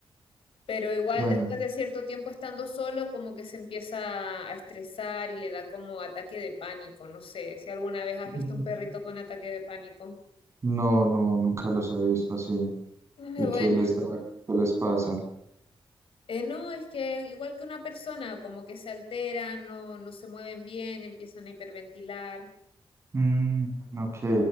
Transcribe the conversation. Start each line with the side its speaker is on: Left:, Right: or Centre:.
Left: Pero igual
Right: Bueno,
Left: después de cierto tiempo estando solo, como que se empieza a estresar y le da como ataque de pánico. No sé si alguna vez has
Right: mm,
Left: visto un perrito con ataque de pánico.
Right: no, no, nunca los he visto así.
Left: <laughs> Ay,
Right: ¿Y
Left: Bueno,
Right: qué les da? ¿Qué les pasa?
Left: Eh, no, es que igual que una persona, como que se alteran, no, no se mueven bien, empiezan a hiperventilar.
Right: Mm, ok,